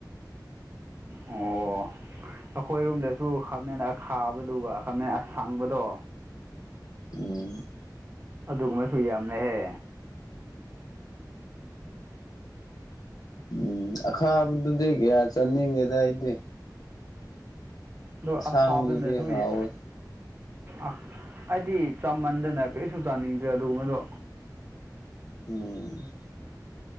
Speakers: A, on the right (about 35°); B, on the left (about 60°).
A: ꯑꯣ ꯑꯈꯣꯏꯔꯣꯝꯗꯁꯨ ꯈꯥꯃꯦꯟ ꯑꯈꯥꯕꯗꯨꯒ ꯈꯥꯃꯦꯟ ꯑꯁꯪꯕꯗꯣ
B: ꯎꯝ
A: ꯑꯗꯨꯒꯨꯝꯕꯁꯨ ꯌꯥꯝꯃꯦꯍꯦ
B: ꯎꯝ ꯑꯈꯥꯕꯗꯨꯗꯤ ꯀꯌꯥ ꯆꯥꯅꯤꯡꯗꯦꯗ ꯑꯩꯗꯤ
A: ꯑꯗꯣ
B: ꯑꯁꯥꯡꯕꯗꯨꯗꯤ
A: ꯑꯈꯥꯕꯅꯁꯨ
B: ꯍꯥꯎꯋꯦ
A: ꯌꯥ ꯑ ꯑꯩꯗꯤ ꯆꯃꯟꯗꯅ ꯀꯩꯁꯨ ꯆꯥꯅꯤꯡꯗ꯭ꯔꯦ ꯑꯗꯨꯒꯨꯝꯕꯗꯣ
B: ꯎꯝ